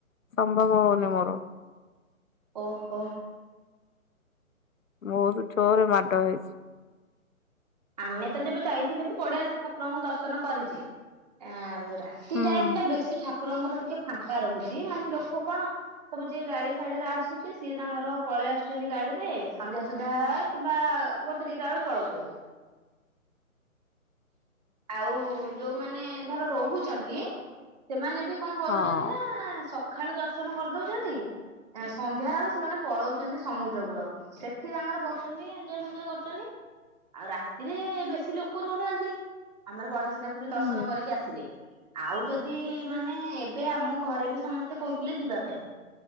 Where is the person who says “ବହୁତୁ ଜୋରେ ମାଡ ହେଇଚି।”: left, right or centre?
Left